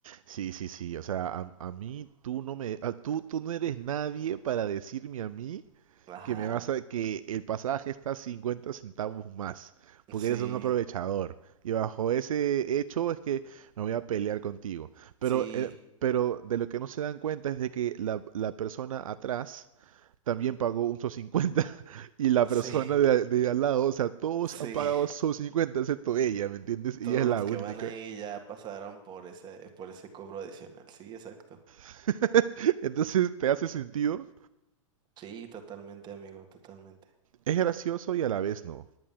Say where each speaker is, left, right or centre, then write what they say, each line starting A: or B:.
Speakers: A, on the right; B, on the right.
A: Sí, sí, sí, o sea, a, a mí tú no me... a- tú, tú no eres nadie para decirme a mí
B: Ajá.
A: que me vas a que el pasaje está 50 centavos más, porque
B: Sí,
A: eres un aprovechador. Y bajo ese hecho es que me voy a pelear contigo. Pero,
B: sí,
A: eh, pero de lo que no se dan cuenta es de que la, la persona atrás también pagó un SO 50 <laughs> y la
B: <laughs>
A: persona
B: sí,
A: de, a- de al lado, o sea, todos
B: sí.
A: han pagado SO 50 excepto ella, ¿me entiendes? Y
B: Todos
A: ella es la
B: los que
A: única.
B: van ahí ya pasaron por ese, por ese cobro adicional. Sí, exacto.
A: <laughs> Entonces, ¿te hace sentido?
B: Sí, totalmente, amigo, totalmente.
A: Es gracioso y a la vez no.